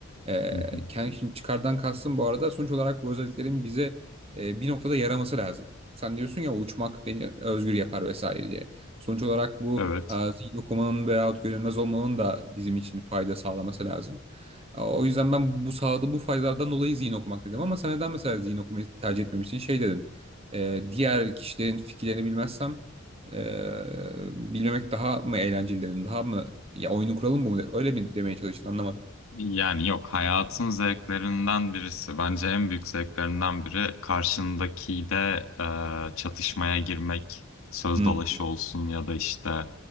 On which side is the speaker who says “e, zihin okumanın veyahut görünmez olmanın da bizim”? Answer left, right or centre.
Right